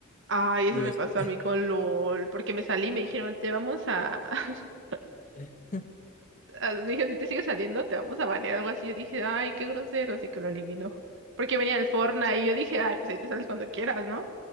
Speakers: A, on the right (about 60°); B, on the left (about 35°).
A: Ay,
B: Y
A: eso me
B: después,
A: pasó a mí con LOL, porque me salí y me dijeron, te vamos a... <laughs>
B: <laughs>
A: a- Me dijeron, si te sigues saliendo, te vamos a banear, algo así. Yo dije, ay, qué grosero, así que lo eliminó. Porque venía el Fortnite y yo dije, ay, pues ahí te sales cuando quieras, ¿no?